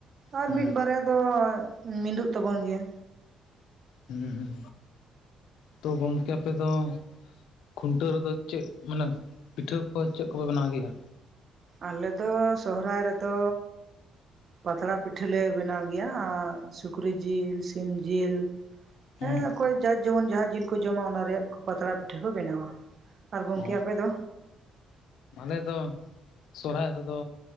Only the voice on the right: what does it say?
ᱟᱨ
ᱢᱤᱫ ᱵᱟᱨᱭᱟ ᱫᱚ ᱢᱤᱫᱚᱜ ᱛᱟᱵᱩᱱ ᱜᱮᱭᱟ᱾
ᱟᱞᱮᱫᱚ ᱥᱚᱦᱨᱟᱭ ᱨᱮᱫᱚ ᱯᱟᱛᱲᱟ ᱯᱤᱴᱷᱟᱹᱞᱮ ᱵᱮᱱᱟᱣ ᱜᱮᱭᱟ, ᱟᱸ ᱥᱩᱠᱨᱤ ᱡᱤᱞ, ᱥᱤᱢ ᱡᱤᱞ
ᱦᱮᱸ ᱚᱠᱚᱭ ᱡᱟ ᱡᱮᱢᱚᱱ ᱡᱟᱦᱟᱸ ᱡᱤᱞ ᱠᱚ ᱡᱚᱢᱟ ᱚᱱᱟ ᱨᱮᱭᱟᱜ ᱯᱟᱛᱲᱟ ᱯᱤᱴᱷᱟᱹ ᱠᱚ ᱵᱮᱱᱟᱣᱟ᱾ ᱟᱨ ᱜᱚᱢᱠᱮ
ᱟᱯᱮ ᱫᱚ?